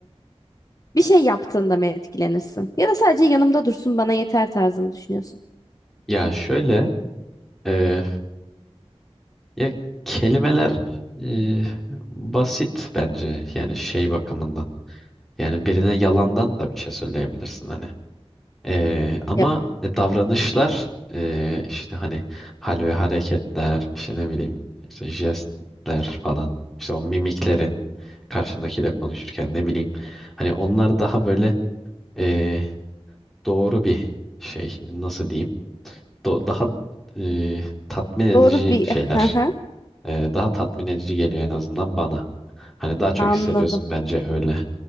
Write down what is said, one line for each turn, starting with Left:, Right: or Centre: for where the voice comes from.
Left: Bir şey yaptığında mı etkilenirsin? Ya da sadece yanımda dursun bana yeter tarzı mı düşünüyorsun?
Centre: Ya şöyle eh, ya kelimeler eh, basit bence yani şey bakımından. Yani birine yalandan da bir şey söyleyebilirsin hani. Ee, ama
Left: Ya
Centre: e, davranışlar ee, işte hani hal ve hareketler işte ne bileyim işte jestler falan işte o mimiklerin karşındakiyle konuşurken ne bileyim hani onlar daha böyle ee, doğru bir şey nasıl diyeyim Do- daha ee, tatmin edici
Left: doğru bir
Centre: şeyler
Left: <laughs> Hı hı,
Centre: Ee, daha tatmin edici geliyor en azından bana. Hani daha çok
Left: anladım.
Centre: hissediyorsun bence öyle.